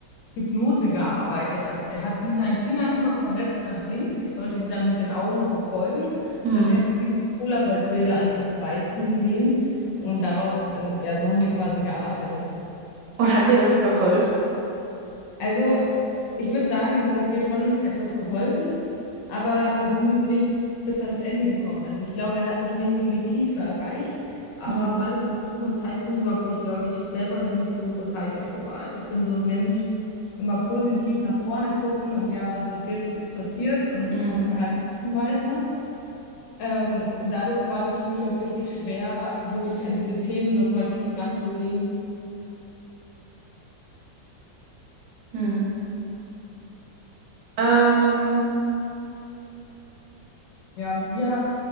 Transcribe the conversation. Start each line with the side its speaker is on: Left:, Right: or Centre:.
Left: Hypnose gearbeitet. Also der hat wie seinen Finger immer von rechts nach links. Ich sollte die dann mit den Augen verfolgen
Right: Mhm.
Left: und dann hätte ich wie so Polaroid-Bilder an mir vorbeiziehen sehen. Und daraus, äh, ja, so haben wir quasi gearbeitet.
Right: Und hat dir das geholfen?
Left: Also Ich würde sagen, es hat mir schon etwas geholfen, aber wir sind nicht bis ans Ende gekommen. Also ich glaube, er hat mich nicht in die Tiefe erreicht, aber
Right: Mhm.
Left: weil es auch einfach ein Zeitpunkt war, wo ich, glaube ich, selber noch nicht so bereit dafür war. Also ich bin so ein Mensch, immer positiv nach vorne gucken und ja, was passiert ist, ist passiert und jetzt
Right: Mhm.
Left: macht man halt trotzdem weiter. Ähm, und dadurch war das für mich auch richtig schwer, wirklich an diese Themen nochmal tief ranzugehen.
Right: Mhm. Ähm,
Left: Ja, wir